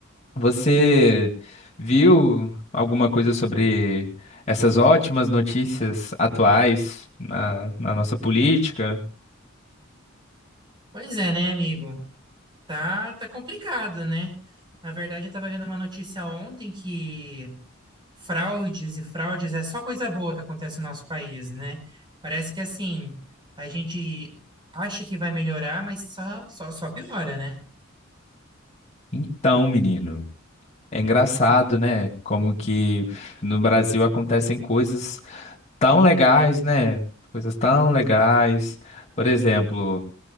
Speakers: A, on the left (about 35°); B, on the right (about 25°).
A: você viu alguma coisa sobre essas ótimas notícias atuais na, na nossa política?
B: Pois é, né, amigo? Tá, tá complicado, né? Na verdade, eu tava vendo uma notícia ontem que fraudes e fraudes é só coisa boa que acontece no nosso país, né? Parece que assim, a gente acha que vai melhorar, mas só, só, só piora, né?
A: Então, menino, é engraçado, né? Como que no Brasil acontecem coisas tão legais, né? Coisas tão legais. Por exemplo.